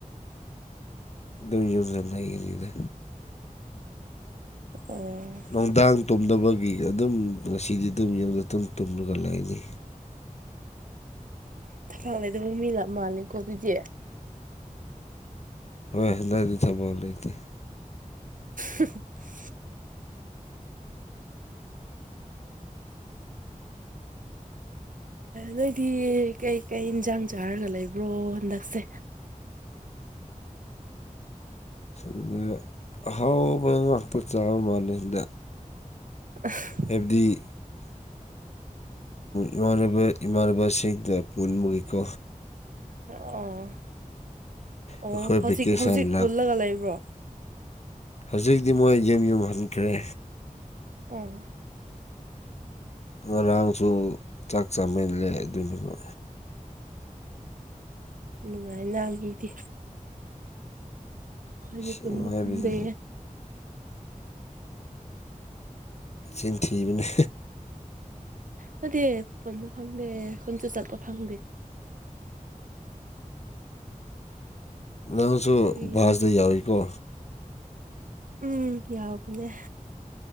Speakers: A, on the left (about 50°); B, on the right (about 70°).
A: ꯑꯗꯨ ꯌꯨꯝꯖ ꯂꯩꯒꯦꯅꯤ ꯏꯗ
B: ꯑꯣ
A: ꯅꯨꯡꯗꯥꯡ ꯇꯨꯝꯅꯕꯒꯤ ꯑꯗꯨꯝ ꯉꯁꯤꯗꯤ ꯑꯗꯨꯝ ꯌꯨꯝꯗ ꯑꯗꯨꯝ ꯇꯨꯝꯂꯒ ꯂꯩꯅꯤ
B: ꯊꯐꯥꯛ ꯂꯩꯗꯕ ꯃꯤ ꯂꯞ ꯃꯥꯜꯂꯜꯂꯤꯀꯣ ꯑꯗꯨꯗꯤ
A: ꯍꯣꯏ <unintelligible>
B: <inaudible> ꯅꯣꯏꯗꯤ ꯀꯩꯀꯩ ꯏꯟꯖꯡ ꯆꯥꯔꯒ ꯂꯩꯕ꯭ꯔꯣ ꯍꯟꯗꯛꯁꯦ
A: ꯁꯗ ꯑꯍꯥꯎꯕ ꯉꯥꯛꯇ ꯆꯥꯕ ꯃꯜꯂꯤꯗ
B: <unintelligible>
A: ꯍꯥꯏꯕꯗꯤ ꯏꯃꯥꯟꯅꯕ ꯏꯃꯥꯟꯅꯕꯁꯤꯡꯗ ꯄꯨꯟꯕꯒꯤꯀꯣ
B: ꯑꯣ ꯑꯣ
A: ꯑꯩꯈꯣꯏ
B: ꯍꯧꯖꯤꯛ
A: ꯚꯦꯀꯦꯁꯟ
B: ꯍꯧꯖꯤꯛ
A: ꯂꯥꯛ
B: ꯄꯨꯜꯂꯒ ꯂꯩꯕ꯭ꯔꯣ
A: ꯍꯧꯖꯤꯛꯇꯤ ꯃꯣꯏ ꯌꯨꯝ ꯌꯨꯝ ꯍꯟꯈ꯭ꯔꯦ
B: ꯑꯣ
A: ꯉꯔꯥꯡꯁꯨ ꯆꯥꯛ ꯆꯥꯃꯜꯂꯦ ꯑꯗꯨꯅꯦꯕ
B: ꯅꯨꯡꯉꯥꯏꯅ ꯃꯤꯗꯤ ꯑꯩꯈꯣꯏꯗꯤ
A: ꯑꯁ
B: ꯄꯨꯟꯕ
A: ꯅꯨꯡꯉꯥꯏꯕꯁꯤ
B: ꯐꯪꯗꯦ
A: ꯁꯤꯟ ꯊꯤꯕꯅꯦ
B: ꯅꯠꯇꯦꯄꯣꯟꯁꯨ ꯐꯪꯗꯦ ꯈꯨꯟꯁꯨ ꯆꯠꯄ ꯐꯪꯗꯦ
A: ꯅꯪꯁꯨ
B: ꯑꯗꯨꯒꯤ
A: <unintelligible> ꯌꯥꯎꯋꯏꯀꯣ
B: ꯎꯝ ꯌꯥꯎꯕꯅꯦ